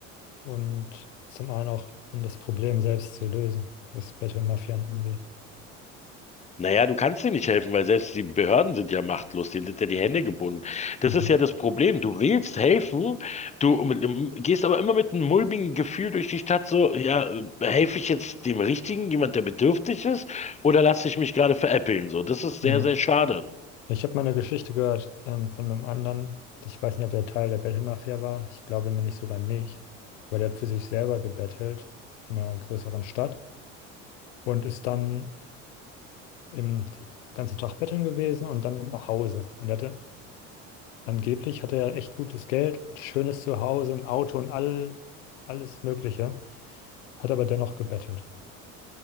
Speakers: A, on the left; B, on the left.
A: und zum einen auch, um das Problem selbst zu lösen, das Bettelmafian irgendwie.
B: Naja, du kannst dir nicht helfen, weil selbst die Behörden sind ja machtlos, denen sind ja die Hände gebunden. Das
A: Mhm.
B: ist ja das Problem. Du willst helfen, du ähm, gehst aber immer mit einem mulmigen Gefühl durch die Stadt, so, ja, äh, helfe ich jetzt dem Richtigen, jemand, der bedürftig ist, oder lasse ich mich gerade veräppeln? So, das ist
A: Mhm.
B: sehr, sehr schade.
A: Ich habe mal eine Geschichte gehört ähm, von einem anderen. Ich weiß nicht, ob der Teil der Bettelmafia war. Ich glaube nämlich sogar nicht. Weil der hat für sich selber gebettelt in einer größeren Stadt und ist dann im ganzen Tag betteln gewesen und dann nach Hause. Und er hatte angeblich hatte er echt gutes Geld, ein schönes Zuhause, ein Auto und all, alles Mögliche. Hat aber dennoch gebettelt.